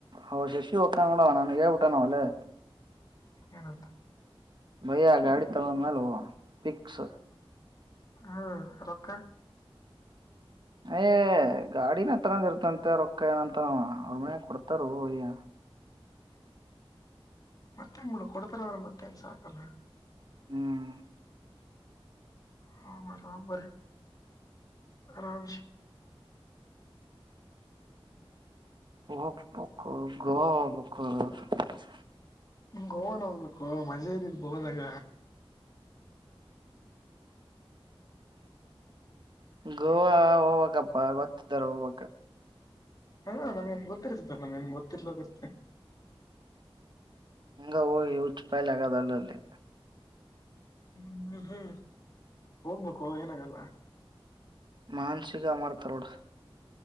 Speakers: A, on the right (about 50°); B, on the left (about 40°).
A: ಅವ ಶಶಿ ಹಕ ನೋಡವ ನಾನ ಹೇಳ್ಬಿಟ್ಟಾನಲ್ಲೇ.
B: ಏನಂತ.
A: ಭಯ ಗಾಡಿ ತಗೋಂದ ಮೇಲೆ ಹೋಗೋಣ ಪಿಕ್ಸ್.
B: ಹ್ಮ ರೊಕ್ಕ.
A: ಯ ಗಾಡಿನ ತಗೊಂಡಿರ್ತಂತೆ ರೊಕ್ಕ ಏನಂತಾರ ಅವ್ರ ಮೇ ಕೊಡ್ತಾರ ಅಯ್ಯ.
B: ಮತ್ತೆ ಮೂಡ ಕೊಡ್ತಾರೆ ಅವ್ರ ಮತ್ತೆನ್ ಸಾಕಲ್ಲ.
A: ಹ್ಮ್.
B: ಹ ಒಗ್ ಬರ್ರಿ ಆರಾಮಸ.
A: ಒ ಪಕ್ಕ ಗಕ್ಕ. <inaudible>
B: ಗೋವನ್ ಹೋಗ್ಬೇಕು ಮಜೆನಿದ ಬೋದಾಗ.
A: ಗೋವಾ. ಪ್ಪ ಕೊತ್ತು ತರ ಬ.
B: ಹ ನಮ್ೇನ್ ಗೊತ್ತಿರ್ತದ ನಮ್ೇನ್ ಗೊತ್ತಿರ್ಲೋದ ಇರ್ತ.
A: ಹಂಗ ಹೋಗಿ ಹೂ ಚ ಪಾಯಲಿ ಆಗಾದ ಅಲ್ಲ ಅಲ್ಲಿ.
B: ಹ್ಮ ಹ್ಮ್ ಹ್ಮ್ ಹೋಗ್ಬೇಕು ಏನಾಗಲ್ಲ.
A: ಮಾನ್ಸಗ ಮಾಡ್ತಾರೋಡ.